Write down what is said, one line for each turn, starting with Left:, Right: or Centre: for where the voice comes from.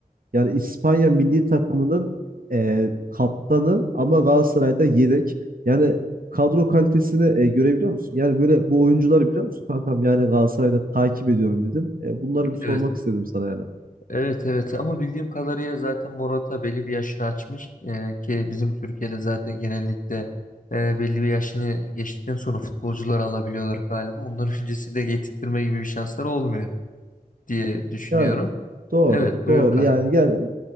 Right: yani İspanya milli takımının e, kaptanı ama Galatasaray'da yedek. Yani kadro kalitesini e, görebiliyor musun? Yani böyle bu oyuncuları biliyor musun kankam? Yani Galatasaray'da takip ediyorum dedim. E, bunları bir sormak
Left: Evet.
Right: istedim sana yani.
Left: Evet evet ama bildiğim kadarıyla zaten Morata belli bir yaşını açmış Ee, ki bizim Türkiye'de zaten genellikle e, belli bir yaşını geçtikten sonra futbolcuları alabiliyorlar galiba. Onların öncesinde getirtme gibi bir şansları olmuyor diye düşünüyorum.
Right: Ya doğru,
Left: Evet buyur
Right: doğru.
Left: kanka.
Right: Yani ger-